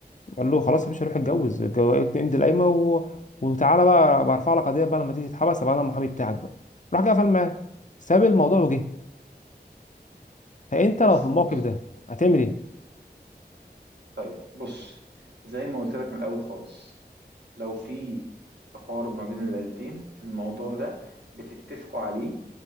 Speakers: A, on the left; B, on the right.
A: قال له خلاص يا باشا روح اتجوز الجو- امضي القايمه و... وتعالى بقى برفع لك قضيه بقى لما تيجي تتحبس ابقى انا المحامي بتاعك بقى راح جه قفل معاه ساب الموضوع وجه فانت لو
B: بس
A: في الموقف
B: خلاص
A: ده هتعمل ايه؟
B: طيب بص زي ما قلت لك من الأول خالص لو في تقارب ما بين العيلتين الموضوع ده بتتفقوا عليه